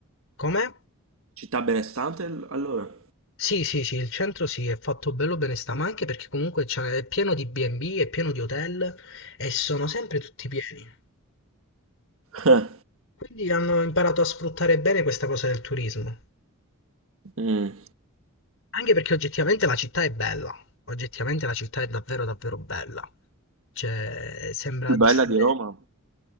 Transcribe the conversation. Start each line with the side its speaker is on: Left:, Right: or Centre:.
Left: com'è?
Right: Città benestante l- allora?
Left: Sì, sì, sì, il centro sì, è fatto bello bene sta, ma anche perché comunque c'è- è pieno di B&B, è pieno di hotel e sono sempre tutti pieni.
Right: <laughs> Eh,
Left: Quindi hanno imparato a sfruttare bene questa cosa del turismo.
Right: Mm.
Left: Anche perché oggettivamente la città è bella, oggettivamente la città è davvero davvero bella, cioè sembra
Right: Più
Left: di
Right: bella
Left: essere,
Right: di Roma?